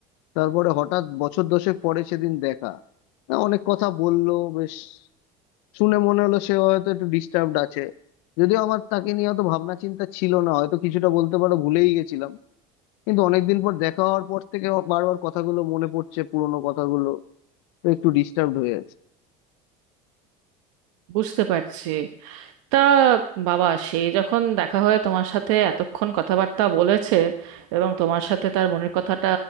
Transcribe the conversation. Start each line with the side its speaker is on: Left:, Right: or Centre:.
Left: তারপরে হঠাৎ বছর দশেক পরে সেদিন দেখা হ্যাঁ, অনেক কথা বললো বেশ শুনে মনে হলো সে হয়তো একটু ডিস্টার্বড আছে যদিও আমার তাকে নিয়ে অত ভাবনা চিন্তা ছিল না হয়তো কিছুটা বলতে পারো ভুলেই গেছিলাম কিন্তু অনেকদিন পর দেখা হওয়ার পর থেকে আমার বারবার কথাগুলো মনে পড়ছে পুরোনো কথাগুলো তো একটু ডিস্টার্বড হয়ে আছে
Right: বুঝতে পারছি তা বাবা সে যখন দেখা হয় তোমার সাথে এতক্ষণ কথাবার্তা বলেছে এবং তোমার সাথে তার মনের কথাটা